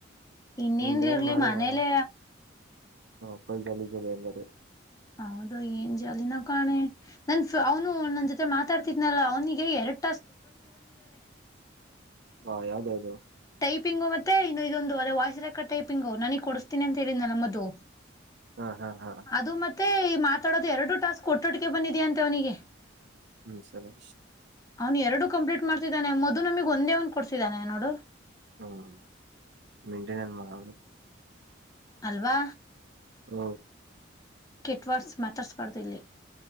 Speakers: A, on the left; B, on the right.
A: ಇನ್ನೇನ್
B: ಹನ್ನ ಏನ್
A: ಇರ್ಲಿ
B: ಮಾಡುವ
A: ಮನೇಲೆ
B: ಹ ನಮ್ಮಪ್ಪ ಜಾಲಿ ಜಾಲಿ ಅಂದಾರೆ
A: ಹೌದು ಏನ್ ಜಾಲಿನೋ ಕಾಣೆ ನನ್ ಫ್ಲಾವನು ಅಣ್ಣನ್ ಜೊತೆ ಮಾತಾಡ್ತ ತಿದ್ನಲ್ಲ ಅವನಿಗೆ ಎರಡು
B: ಹಾ ಯಾವ್ದು ಆದು
A: ಟೈಪಿಂಗು ಮತ್ತೆ ಇ ಇದೊಂದು ಅದೇ ವಾಯ್ಸ್ ರೆಕಾರ್ಡ್ ಟೈಪಿಂಗು ನನಗ್ ಕೊಡಿಸ್ತೀನಿ ಅಂತ ಹೇಳಿದ್ನಲ್ಲ ಮಧು
B: ಹಾ ಹಾ ಹಾ
A: ಅದು ಮತ್ತೆ ಮಾತಾಡೋದು ಎರಡು ಟಾಸ್ಕ್ ಕೊಟ್ಟೋಟಿಗೆ ಬಂದಿದ್ಯಾ ಅಂತೆವನಿಗೆ
B: ಹ್ಮ್ ಸರಿ
A: ಅವನು ಎರಡು ಕಂಪ್ಲೀಟ್ ಮಾಡ್ತಿದ್ದಾನೆ ಮದು ನಮಗ್ ಒಂದೇ ಒಂದ್ ಕೊಡ್ಸಿದ್ದಾನೆ ನೋಡು
B: ಹ್ಮ್ ನಿಜೇನಾದ್ ಮಾಡು
A: ಅಲ್ವಾ
B: ಹ್ಮ
A: ಕೆಟ್ವಾಡ್ಸ ಮಾತಾಡ್ಸ್ಬಾರ್ದು ಇಲ್ಲಿ